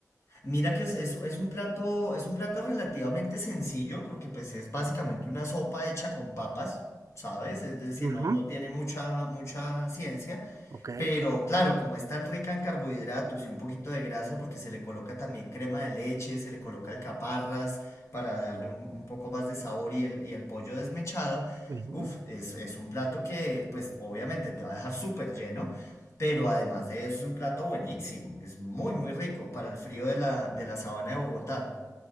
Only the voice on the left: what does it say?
Mira que es, es- es un plato, es un plato relativamente sencillo porque pues es básicamente una sopa hecha con papas, ¿sabes? Es decir,
no, no tiene mucha, mucha ciencia,
pero claro, como es tan rica en carbohidratos y un poquito de grasa porque se le coloca también crema de leche, se le coloca alcaparras para darle un, un poco más de sabor y el, y el pollo desmechado,
uf, es, es un plato que pues obviamente te va a dejar súper lleno. Pero además de eso es un plato buenísimo, es muy muy rico para el frío de la, de la sabana de Bogotá.